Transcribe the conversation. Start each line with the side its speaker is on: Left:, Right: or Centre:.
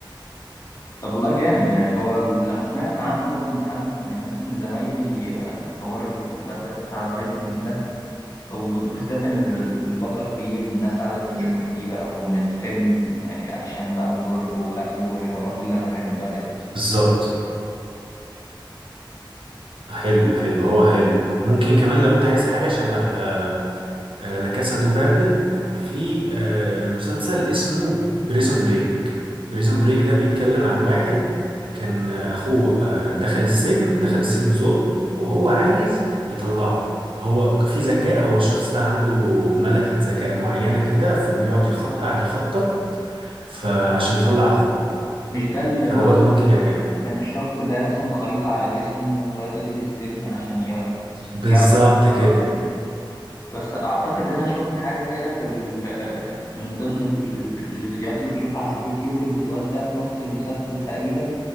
Left: طب والله جامد يعني هو ال... انا سمعت عنه برضو من حد من ناس من زمايلي آه، حوار المسلسل بتاع فايكنجز ده وبالذات إن ال- البطل فيه الناس قعدت تشكر
Right: مم.
Left: فيه بقى وإن الفيلم يعني أكشن بقى وضرب وقتل والحوارات اللي أنا بحبها دي
Right: بالظبط حلو حلو هو حلو ممكن كمان لو انت عايز حاجة شبه آه، آه، لا كاسا دو بابل في آه، مسلسل اسمه بريزون بريك بريزون بريك ده بيتكلم عن واحد كان آه، اخوه آه، دخل السجن دخل السجن ظلم وهو عايز يطلعه هو في ذكاء هو الشخص ده عنده ملكة ذكاء معينة كده فبيقعد يخط قاعد يخطط فعشان يطلع اخوه
Left: مش ده اللي
Right: فده
Left: هو
Right: برضه
Left: كان
Right: ممكن يعجبك
Left: كان الشخص ده راسم خريطة على جسمه والخريطة دي للسجن عشان ي-
Right: بالظبط
Left: يعرف يتفرغ
Right: كده
Left: منه بس أعتقد إن أنا شفت حاجة كده في ال- من ضمن ال- ال- الفيديوهات اللي بشوفها على اليوتيوب إن الواد ده في نص المسلسل تقريبا